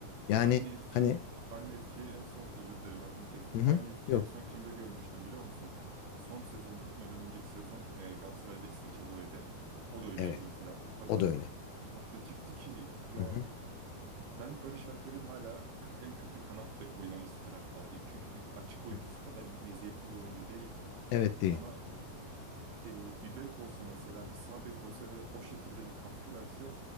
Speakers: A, on the left; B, on the right.
A: Yani
B: Aynı etki
A: hani
B: aynı etkiyi en son özür dilerim lafını kestim.
A: hı hı,
B: Aynı etkiyi
A: yok
B: en son kimde görmüştüm biliyor musun? Son sezon gitmeden önceki sezon e, Galatasaray'daki Sacha Boey'de o da öyleydi
A: evet
B: mesela. O kadar
A: o da öyle.
B: atletikti ki ya
A: Hı hı,
B: ben Barış Alper'in hala ka- en kötü kanat bek oynaması taraftarıyım. Çünkü bir açık oyuncusu
A: hı.
B: kadar iyi- meziyetli bir oyuncu değil
A: Evet değil.
B: ama e, bir bek olsa mesela bir sağ bek olsa ve o şekilde bir katkı verse